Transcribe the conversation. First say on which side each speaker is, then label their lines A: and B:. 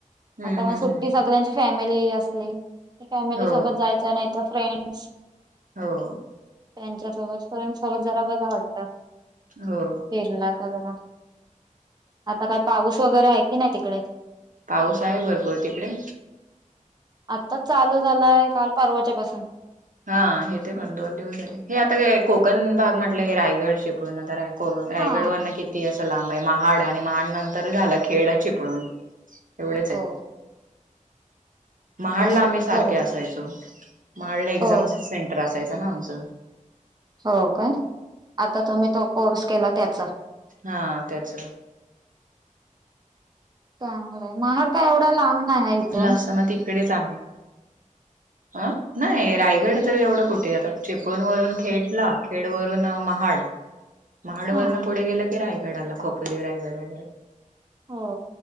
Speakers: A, on the right; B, on the right.
A: हम्म
B: आता मग
A: हम्म
B: सुट्टी
A: हम्म
B: सगळ्यांची फॅमिली असली फॅमिली
A: हो
B: सोबत जायच्या नाही फ्रेंस
A: हो
B: त्यांच्यासोबत पणसोबत जरा बर वाटतं
A: हो
B: फिरला जरा आता काय पाऊस वगैरे आहे की नाही तिकडे
A: पाऊस आहे भरपूर तिकडे
B: आत्ताच चालू झालाय काल परवाच्या पाासून
A: हा हे ते पण दोन दिवस झाले हे आता कोकण भाग म्हटलं रायगड चिपळून आता राय, रायगड
B: हा
A: वन किती असं लांब आहे महाड आणि महाड नंतर झालं खेड चिपळून एवढेच आहेत.
B: हो
A: महाडला
B: तस काही
A: आम्ही सारखे
B: जवळच
A: असायचो
B: आहे.
A: महाडला, एक्झामच
B: हो
A: सेंटर असायच ना आमच,
B: हो काय आता तुम्ही तो कोर्स केला त्याचा,
A: हा त्याच,
B: चांगलंय महाड का एवढा लांब नाही आहे इथून
A: ल म तिकडेच आम्ही अं, नाही रायगड तर एवढं कुठे आता चिपळूणवरून खेडला खेडवरून महाड, महाड
B: हा
A: वरन पुढे गेलं की रायगड आला खोपोली रायगड वगैरे,
B: हो